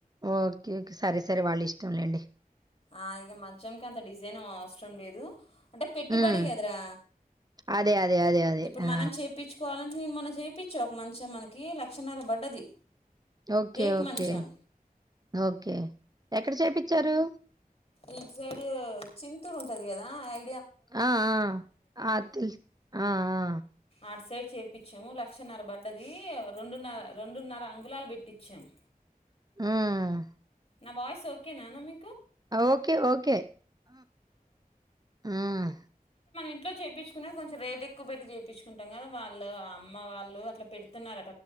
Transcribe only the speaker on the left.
ఆ ఇగ మంచంకి అంత డిజైన్ అవసరం లేదు. అంటే పెట్టుబడి
కదరా,
ఇప్పుడు
మనం చేపించుకోవాలని. నేను మొన్న చెపించ ఒక మంచం మనకి లక్ష న్నర పడ్డది.
టేక్
మంచం
ఇ సైడ్ ఓ చింతూరు ఉంటది గదా ఐ.
అంటే చేయించాము లక్షన్నర పడ్డది రెండున్నర
రెండున్నర అంగులాలు పెట్టించాము.
నా వయిస్ ఓకేనానా. <inaudible>
ఇట్లో చేయిించుకున్న కొంచెం రేట్ ఎక్కువ పెట్టి చేయిుంటాం కదా, వాళ్ళు, అమ్మ వాళ్ళు, అట్లా పెడుతున్నార.